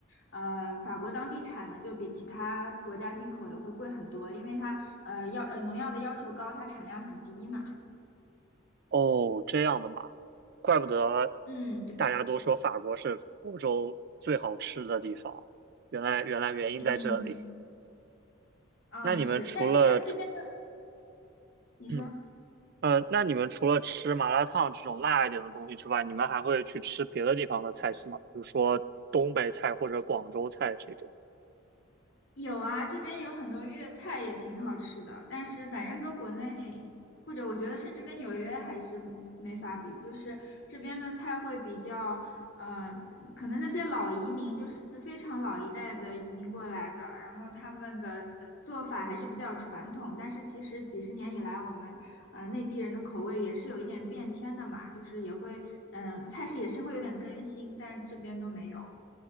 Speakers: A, on the left; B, on the right.
A: 呃法国当地产的就比其他国家进口的会贵很多，因为它呃要呃农药的要求高，它产量很低嘛。
B: 哦，这样的嘛，怪不得
A: 嗯，对，
B: 大家都说法国是欧洲最好吃的地方，原来原来原因在这里。
A: 嗯啊是，
B: 那你们除了
A: 但是它这边的你说。
B: 嗯呃，那你们除了吃麻辣烫这种辣一点的东西之外，你们还会去吃别的地方的菜系吗？比如说东北菜或者广州菜这种。
A: 有啊，这边有很多粤菜也挺好吃的，但是反正跟国内，或者我觉得甚至跟纽约还是没法比，就是这边的菜会比较，呃，可能那些老移民就是非常老一代的移民过来的，然后他们的做法还是比较传统，但是其实几十年以来，我们呃内地人的口味也是有一点变迁的嘛，就是也会，嗯、菜式也是会有点更新，但这边都没有，